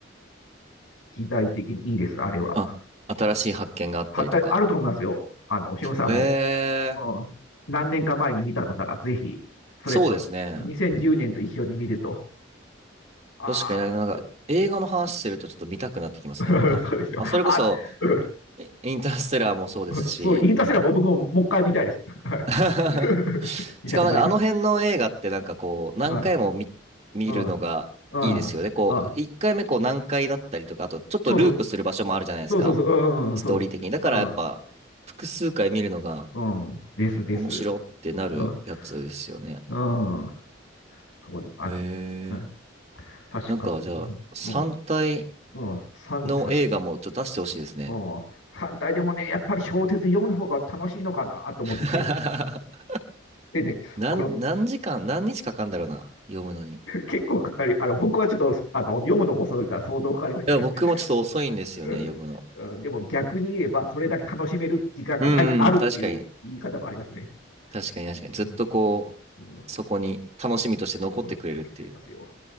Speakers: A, on the left (about 85°); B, on the right (about 35°).
A: 時代的にいいです、あれは。
B: あ、新しい発見があったりとか。
A: はったあると思いますよ。あの、しおさんも。
B: え
A: うん。何年か前に見たのなら、ぜひ、それと、
B: ー、そうですね。
A: 2010年と一緒に見ると、ああ、
B: 確かになんか映画の話するとちょっと見たくなってきますね、
A: <laughs>
B: また。
A: そうですよ。
B: まあ、それこそ、
A: あ、う
B: イインターステラーもそうですし、
A: ん、そう、インターセラーも僕ももう一回見たいです。はい。
B: <laughs>
A: <laughs> 見たくなりまし
B: しかもなんかあの辺の映画ってなんかこう、何回も見、
A: た。はい。
B: 見るのがいいですよね。
A: うん。うん。
B: こう、
A: あ、
B: 1回目こう何回だったりとか、あとちょっとループする場所もあるじゃないですか、
A: そうそう。そうそうそう。うんうん。
B: ストーリー的に。
A: そうそう。
B: だからやっぱ、複数回見るのが
A: うん。うん。です、
B: 面白ってなるやつですよね。
A: です。うん。うん。そうよ。あ、
B: へえ。
A: うん。確か、
B: なんかじゃあ、3体
A: うん。うん。3体。
B: の映画もちょっと出してほしいですね。
A: うん。3体でもね、やっぱり小説読む方が楽しいのかなと思って。
B: <laughs>
A: でね、
B: なん、
A: あの、
B: 何時間、何日かかんだろうな。読むのに。い
A: 結構かかり、あの、僕はちょっと、あの、読むのが遅いから相当かかりましたね。
B: や、僕もちょっと遅いんですよね、
A: <laughs>
B: 読むの。
A: うんうんでも逆に言えば、それだけ楽しめる時間がない、
B: うんうん、
A: あるっていう言い方もありますね。
B: 確かに。確かに確かに。ずっとこ
A: うんうん、
B: う、そこに楽しみとして残ってくれるっていう。
A: 老けてますよ。